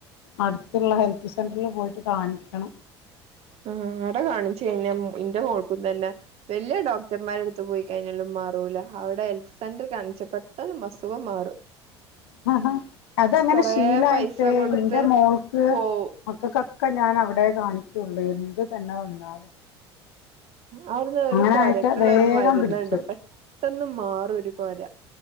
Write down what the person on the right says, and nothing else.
ആ അവിട കാണിച്ചയ്ഞ്ഞാ ഇൻ്റെ മോൾക്കും തന്നെ വല്യ ഡോക്ടർമാരെ എടുത്ത് പോയി കഴിഞ്ഞാലും മാറൂല അവിടെ ഹെൽത്ത് സെന്റർ കാൺ ച്ച പ്പെട്ടന്നസുഖം മാറും
കൊറേ
പൈസ കൊടുത്ത്
പോവും
അവിടെന്ന് ഒരു
കൊരക്കുള്ള
ഒരു മരുന്നുണ്ട്
പെട്ടന്ന് മാറും ഒരു കൊര